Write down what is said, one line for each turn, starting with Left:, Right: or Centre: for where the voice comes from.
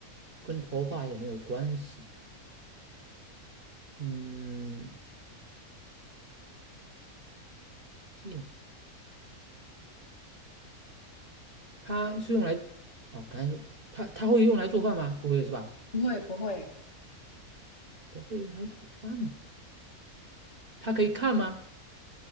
Right: 跟头发也没有关系。嗯，电，它是用来哦，刚才说它它会用来做饭吗？不会是吧？
Left: 不会不会，
Right: 不会用来做饭的。它可以看吗？